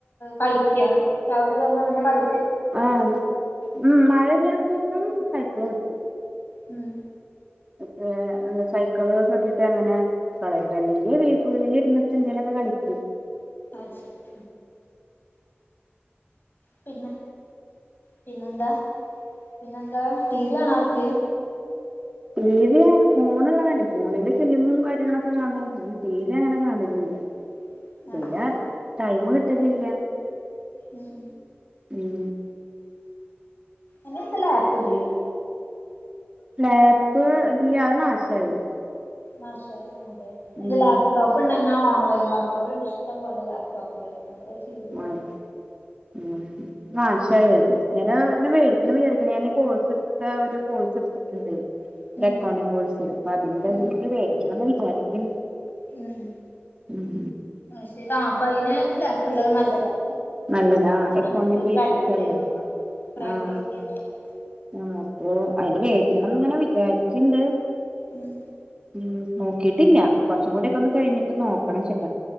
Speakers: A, on the left; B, on the right.
A: കളിക്കാണ് ചവിട കഴിഞ്ഞ പിന്നെ കള
B: ആഹ് മ മഴയില്ലാത്ത ദിവസം സൈക്കിളോടിക്ക്
A: ഉം
B: പക്കെ സൈക്കിള് ചോട്ടിട്ട് അങ്ങനെ ളയ അല്ലെങ്കിൽ ഉള്ളിൽരുന്ന എന്തലൊക്കെ കളിക്കും
A: അയ്ഷരി പിന്നെ പിന്നെന്താ പിന്നെന്താ ടി വി കാണാറില്ലേ
B: ടി വിയണ് ഫോണള്ള കാര്ം ഫോണില് ഫിലിമും കാര്യങ്ങളൊക്കെ കാണോ ഫോ ടി വി അങ്ങനെ കാണലില്ല
A: <unintelligible>
B: ചില
A: അതെല്ലേ
B: ടൈം കിട്ടലില്ല
A: ഉം
B: ഉം
A: അനക്ക് ലാപ്പില്ലെ
B: ലാപ്പ് ഇല്ല അതനാശായി
A: ആ ശ അതെ
B: ഉം
A: ലാപ്ടോപ്പ് പ്പ്ണ്ടെങ്ങി ഓൺലൈ വർക്കുകളണ്ട് ഇഷ്ടം പോലെ ലാപ്ടോപ്പില് ചെയ്തൂടെ
B: ആഹ് നാശായ അതെ <inaudible> മേടിക്ക <unintelligible> ഞൻ ഈ കോഴ്സ് എടുത്ത ഒരു കോഴ്സ് എടുത്തിട്ടുണ്ടേയ്
A: ഉം
B: അകൗണ്ടിങ് കോഴ്സെ അപ്പൊ അതിന്റെതിൽേരിക്കണംന്ന്
A: ഉം
B: വിചാരിക്കണ്ട്
A: ഉം
B: ഉം
A: ശരി ആ അപ്പൊ അയ്ന് ലപ്പള്ളത് നല്ലതാ
B: നല്ലതാ അക്കൗണ്ടി
A: നമുക്ക്
B: ബേസിക്സ്
A: പ്രാക്ടീസ് ചെയ്തോക്കാം
B: അല്ലേ
A: പ്രാക്ടീസ്
B: ആഹ്
A: ചെയ്തോക്കാം
B: ആഹ് അപ്പം അയ്ന് മേടിക്കണംന്ന് ഇങ്ങനെ വിചാരിക്കണ്ട്.
A: ഉം
B: ഉം നോക്കിട്ടില്ല കുറച്ചും കൂടി ഒക്കെ ഒന്ന് കഴിഞ്ഞിട്ട് നോക്കണം ചേട്ടാ